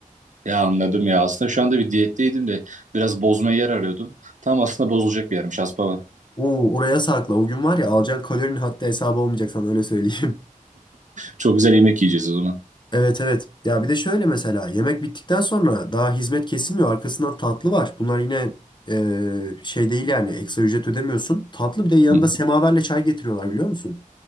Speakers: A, on the right (about 60°); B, on the left (about 35°).
A: Ya anladım ya. Aslında şu anda bir diyetteydim de biraz bozmaya yer arıyordum. Tam aslında bozulacak bir yermiş Aspava.
B: Oo, oraya sakla. O gün var ya alacağın kalorinin hatta hesabı olmayacak sana öyle söyleyeyim.
A: Çok güzel yemek yiyeceğiz o zaman.
B: Evet evet. Ya bir de şöyle mesela yemek bittikten sonra daha hizmet kesilmiyor. Arkasından tatlı var. Bunlar yine e, şey değil yani ekstra ücret ödemiyorsun. Tatlı bir de yanında
A: Hı.
B: semaverle çay getiriyorlar biliyor musun?